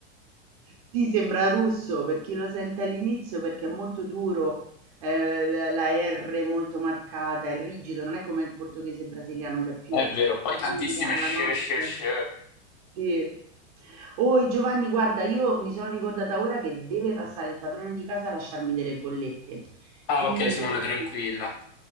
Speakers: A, on the right; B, on the left.
A: sì, sembra russo per chi lo sente all'inizio perché è molto duro, eh, la la R molto marcata, è rigido, non è come il portoghese brasiliano che è più
B: È vero, poi
A: simile
B: tantissime
A: alla
B: sh,
A: nostra.
B: sh, sh.
A: Sì. Oh Giovanni, guarda, io mi sono ricordata ora che deve passare il padrone di casa a lasciarmi delle bollette,
B: Ah
A: quindi
B: ok Simona, tranquilla.